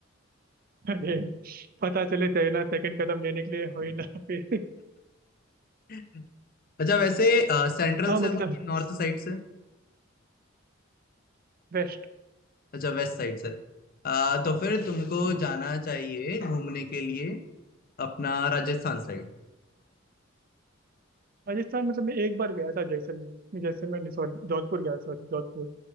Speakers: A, on the right; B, on the left.
A: अरे पता चले सही ना सेकंड कदम लेने के लिए हो ही ना फिर
B: <laughs> अच्छा वैसे सेंट्रल
A: हाँ मतलब
B: से हो कि नॉर्थ साइड से
A: बेस्ट
B: अच्छा वेस्ट साइड से अ, तो फिर तुमको
A: हम्म
B: जाना चाहिए घूमने के लिए अपना राजस्थान साइड
A: राजस्थान मतलब मैं एक बार गया था जैसलमेर नहीं, जैसलमेर नहीं सॉरी जोधपुर गया सॉरी जोधपुर